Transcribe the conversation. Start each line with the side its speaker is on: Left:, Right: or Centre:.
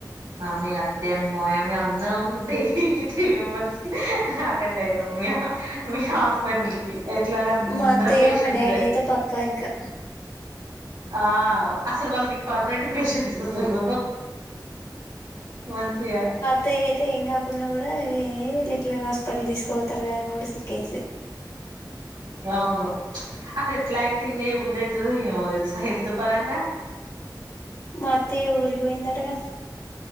Right: మీ అత్తయ్య మీ మామయ్య మేము అందరం డైలీ త్రీ మెంబెర్స్ అటెండ్ అయితాం మీ మీ హాస్పిటల్ కి ఎట్లాగ అందరం
Left: మా అత్తయ్య
Right: పేషెంట్సే
Left: మా డాడీ అయితే పక్కా ఇంకా
Right: ఆ అసలు వాళ్ళ నీకు పర్మనెంట్ పేషెట్స్ అసలు మంచిగ
Left: అతే అయితే ఏం కాకుండా కూడా ఏ విళ్ళు ఎట్లాగా హాస్పిటల్ తీసుకవుతారు కదా అని కూడా సిక్కేది
Right: అవును అది ఎట్ల యాక్టింగ్ చేయ్య బుద్ధి అవుతుంది ఏమో తెలుసా హెల్త్ పరంగా
Left: మా అత్తయా ఊరికిపోయిందటగా